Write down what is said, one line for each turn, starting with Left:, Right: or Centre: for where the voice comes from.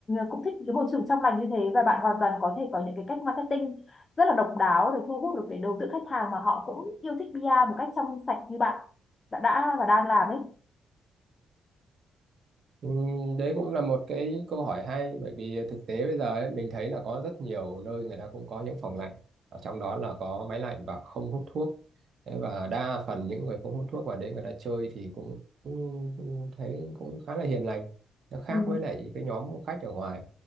Left: cũng thích cái môi trường trong lành như thế và bạn hoàn toàn có thể có những cái cách marketing rất là độc đáo để thu hút được cái đối tượng khách hàng mà họ cũng yêu thích bia một cách trong sạch như bạn đã đã và đang làm ấy
Right: Ừ, đấy cũng là một cái câu hỏi hay bởi vì thực tế bây giờ ấy, mình thấy là có rất nhiều nơi người ta cũng có những phòng lạnh ở trong đó là có máy lạnh và không hút thuốc Thế và đa phần những người không hút thuốc vào đấy người ta chơi thì cũng, cũng thấy cũng khá là hiền lành nó khác
Left: Ừ.
Right: với lại cái nhóm khách ở ngoài